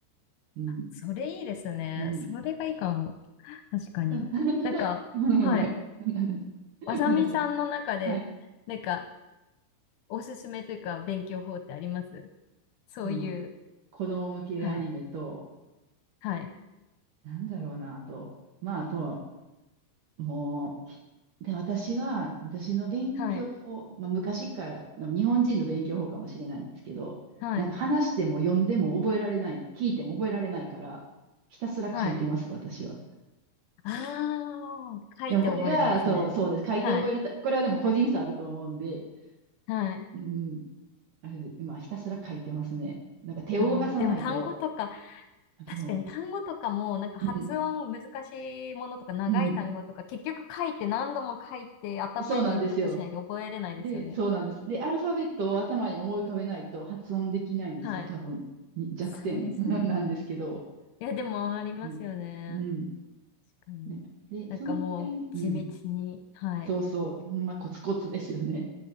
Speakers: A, on the right; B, on the left.
A: うん。
B: それいいですね。
A: うん。
B: それがいいかも。確かに。
A: た、<laughs> ただ、
B: なんか、
A: <laughs> うん、
B: はい。
A: はい。なんです。<laughs>
B: わさみさんの中で、
A: ごめんなさい。はい。
B: なんか、おすすめというか、勉強法ってありますそういう、
A: その、子供向けアニメと、
B: はい、はい、
A: なんだろうな、あと、まあ、あとは、もう、で、私は、私の勉強法、
B: はい、
A: まあ、昔から、でも日本人の勉強法かもしれないんですけど、
B: はい、
A: なんか話しても読んでも覚えられない、聞いても覚えられないから、ひたすら書いてます、
B: はい。
A: 私は。
B: ああ、書いて覚えるんですね。
A: でもこれが、そう、そうです。書いて覚えるた、
B: はい、
A: これはでも個人差あると思うんで、
B: はい。
A: うん、あれで、今ひたすら書いてますね。なんか手を動かさないと、
B: あーでも単語とか、
A: あの、
B: 確かに単語とかも、なんか発音難しいものとか長い単語とか、
A: うん、うん、
B: 結局書いて何度も書いて頭にインプットしないで覚えれないですよね。
A: そうなんですよ。で、そうなんです。で、アルファベットを頭に思い浮かべないと発音できないんですよ、
B: はい。
A: 多分。に弱点
B: そうですね。
A: <laughs> なんですけど。
B: いや、でもありますよね。
A: うん。うん。
B: 確かに。
A: なんかで、
B: なんかもう地道に、
A: その点、うん。
B: はい。
A: そうそう。ほんまコツコツですよね。